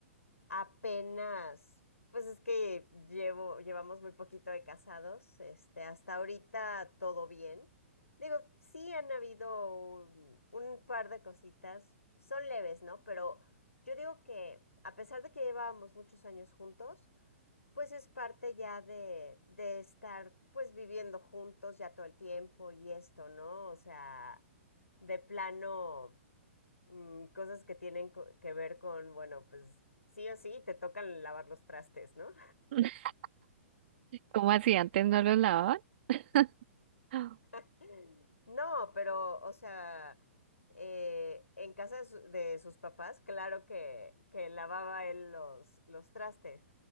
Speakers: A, on the left; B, on the right.
A: apenas, pues es que llevo, llevamos muy poquito de casados, este, hasta ahorita todo bien. Digo, sí han habido un, un par de cositas, son leves, ¿no? Pero yo digo que a pesar de que llevábamos muchos años juntos, pues es parte ya de, de estar pues viviendo juntos ya todo el tiempo y esto, ¿no? O sea, de plano, mm, cosas que tienen co- que ver con, bueno, pues sí o sí, te tocan lavar los trastes, ¿no?
B: <laughs> ¿Cómo así antes no lo lavaban? <gasps> Ah,
A: <laughs> No, pero, o sea, eh, en casa de, su- de sus papás, claro que, que lavaba él los, los trastes,